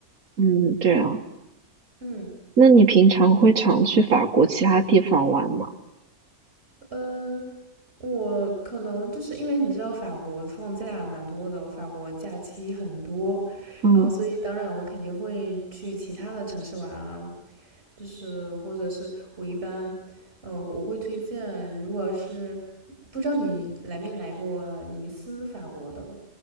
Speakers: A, on the right (about 70°); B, on the right (about 40°).
A: 嗯，对啊。
B: 嗯。
A: 那你平常会常去法国其他地方玩吗？
B: 呃，我可能就是因为你知道法国放假蛮多的，法国假期很多，
A: 嗯。
B: 然后所以当然我肯定会去其他的城市玩啊，就是或者是我一般，呃，我会推荐，如果是不知道你来没来过尼斯，法国的。